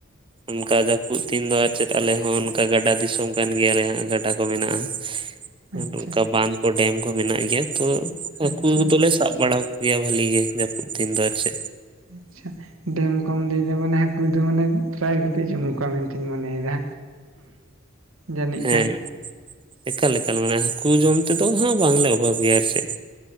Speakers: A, on the right (about 25°); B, on the right (about 75°).
A: ᱚᱱᱠᱟ ᱡᱟᱹᱯᱩᱫ ᱫᱤᱱ ᱫᱚ ᱟᱨ ᱪᱮᱫ ᱟᱞᱮ ᱦᱚᱸ ᱚᱱᱠᱟ ᱜᱟᱰᱟ ᱫᱤᱥᱚᱢ ᱠᱟᱱ ᱜᱮᱭᱟᱞᱮ ᱦᱟᱸᱜ ᱜᱟᱰᱟ ᱠᱚ ᱢᱮᱱᱟᱜᱼᱟ᱾
B: ᱟᱪᱪᱷᱟ
A: ᱟᱨ ᱚᱱᱠᱟ ᱵᱟᱸᱫᱷ ᱠᱚ ᱰᱮᱢ ᱠᱚ ᱢᱮᱱᱟᱜ ᱜᱮᱭᱟ, ᱛᱚ ᱦᱟᱹᱠᱩ
B: ᱟᱪᱪᱷᱟ
A: ᱫᱚᱞᱮ
B: ᱟᱪᱪᱷᱟ
A: ᱥᱟᱵ ᱵᱟᱲᱟ ᱠᱚᱜᱮᱭᱟ᱾ ᱵᱷᱟᱹᱞᱤ ᱜᱮ ᱡᱟᱹᱯᱩᱫ ᱫᱤᱱ ᱫᱚ ᱟᱨ ᱪᱮᱫ᱾
B: ᱟᱪᱪᱷᱟ ᱰᱮᱢ ᱠᱚᱢ ᱞᱟᱹᱭ ᱫᱟ ᱢᱟᱱᱮ ᱦᱟᱹᱠᱩ ᱫᱚ ᱢᱟᱱᱮ ᱯᱨᱟᱭ ᱜᱮᱯᱮ ᱡᱚᱢ ᱠᱚᱣᱟ ᱢᱮᱱᱛᱤᱧ ᱢᱚᱱᱮᱭᱮᱫᱟ᱾ ᱡᱟᱹᱱᱤᱡ
A: ᱦᱮᱸ
B: ᱠᱷᱟᱱ
A: ᱮᱠᱟᱞᱼᱮᱠᱟᱞ ᱢᱟᱱᱮ ᱦᱟᱹᱠᱩ ᱡᱚᱢ ᱛᱮᱫᱚ ᱦᱟᱸ ᱵᱟᱝᱞᱮ ᱚᱵᱷᱟᱵᱽ ᱜᱮᱭᱟ ᱟᱨ ᱪᱮᱫ᱾